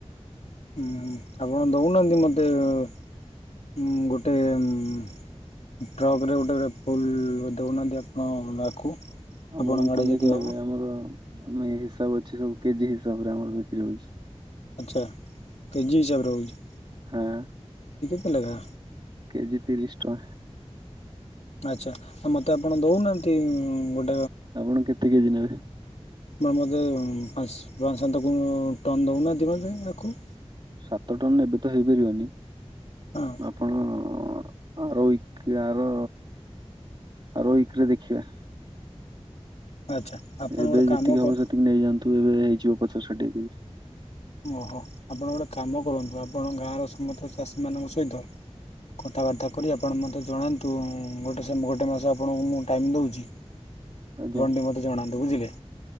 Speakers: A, on the left (about 70°); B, on the right (about 45°).
A: ହୁଁ ଆପଣ ଦଉନାହାନ୍ତି ମୋତେ ହୁଁ ଗୋଟେ ଏ ଟ୍ରକରେ ଗୋଟେ ଗୋଟେ ଫୁଲ୍ ଦେଉନାହାନ୍ତି ଆପଣ ଆଖୁ।
B: ଆମର
A: ଆପଣଙ୍କ ଆଡ଼େ
B: କେମିତି
A: ଯଦି ହେବ
B: ନେବେ ଆମର ଆମର ହିସାବ ଅଛି ସବୁ କେଜି ହିସାବ ରେ ଆମର ବିକ୍ରି ହଉଛି।
A: ଆଚ୍ଛା କେଜିି ହିସାବ ରେ ହଉଛି।
B: ହଁ।
A: ଇଲୋ ବା।
B: କେଜି ତିରିଶ ଟଙ୍କା।
A: ଆଛା ମତେ ଆପଣ ଦଉନାହାନ୍ତି ଗୋଟେ
B: ଆପଣ କେତେ କେଜି ନେବେ?
A: ମ ମୋତେ ପାଞ୍ଚ ପାଞ୍ଚଶ ତ ଟନ ଦେଉନାହାଁନ୍ତି ମୋତେ ଆଖୁ।
B: ସାତ ଟନ ଏବେ ତ ହେଇପାରିବନି।
A: ହଁ
B: ଆପଣ ଆର ଉଇକ ଆର ଆର ୱିକରେ ଦେଖିବା।
A: ଆଚ୍ଛା ଆପଣ
B: ଏବେ
A: ଗୋଟେ
B: ଯେତିକି
A: କାମ
B: ହବ
A: କର
B: ସେତିକି ନେଇଯାଆନ୍ତୁ ଏବେ ହେଇଯିବ ପଚାଶ ଷାଠିଏ କେ ଜି।
A: ଓହୋ ଆପଣ ଗୋଟେ କାମ କରନ୍ତୁ ଆପଣ ଗାଁର ସମସ୍ତ ଚାଷୀମାନଙ୍କ ସହିତ କଥାବାର୍ତ୍ତା କରି ଆପଣ ମୋତେ ଜଣାନ୍ତୁ ଗୋଟେ ଗୋଟେ ସେ ମାସ ଆପଣଙ୍କୁ ମୁଁ ଟାଇମ୍ ଦେଉଛି। ଆପଣ
B: ଆଜ୍ଞା
A: ଟିକେ ମତେ ଜଣନ୍ତୁ ବୁଝିଲେ।